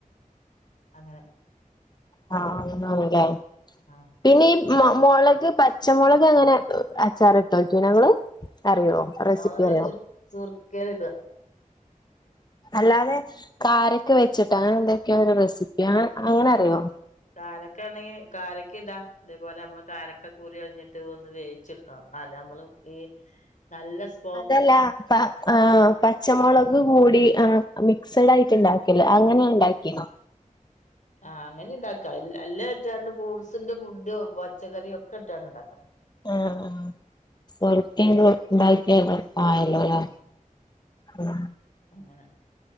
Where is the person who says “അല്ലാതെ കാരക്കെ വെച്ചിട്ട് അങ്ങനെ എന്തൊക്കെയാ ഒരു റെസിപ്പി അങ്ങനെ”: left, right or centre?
Left